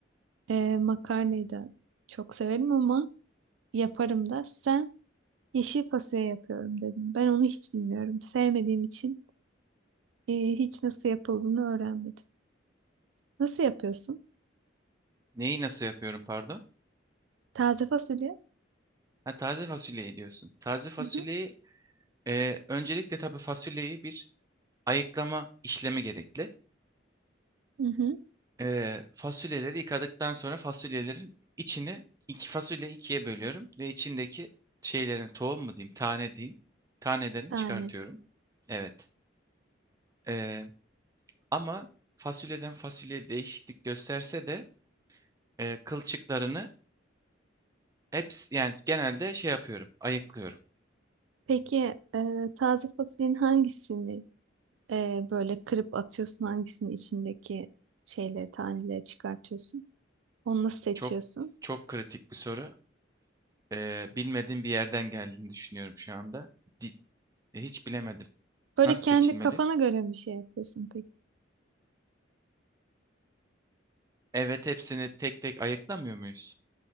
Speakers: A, on the right; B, on the right.
A: e, makarnayı da çok severim ama yaparım da. Sen Yeşil fasulye yapıyorum dedim. Ben onu hiç bilmiyorum. Sevmediğim için e, hiç nasıl yapıldığını öğrenmedim. Nasıl yapıyorsun?
B: Neyi nasıl yapıyorum pardon?
A: Taze fasulye?
B: Ha, taze fasulyeyi diyorsun. Taze fasulyeyi
A: Hı hı.
B: e, öncelikle tabii fasulyeyi bir ayıklama işlemi gerekli.
A: Hı hı.
B: E, fasulyeleri yıkadıktan sonra fasulyelerin içini iki fasulye ikiye bölüyorum ve içindeki şeylerin tohum mu diyeyim tane diyeyim tanelerini
A: Tane.
B: çıkartıyorum. Evet. E, ama fasulyeden fasulyeye değişiklik gösterse de e, kılçıklarını Hepsi, yani genelde şey yapıyorum, ayıklıyorum.
A: Peki e, taze fasulyenin hangisini e, böyle kırıp atıyorsun? Hangisini içindeki şeyleri, taneleri çıkartıyorsun? Onu nasıl seçiyorsun?
B: Çok çok kritik bir soru. Ee, bilmediğim bir yerden geldiğini düşünüyorum şu anda. Di- e, hiç bilemedim.
A: Böyle
B: Nasıl
A: kendi
B: seçilmeli?
A: kafana göre bir şey yapıyorsun peki.
B: Evet, hepsini tek tek ayıklamıyor muyuz?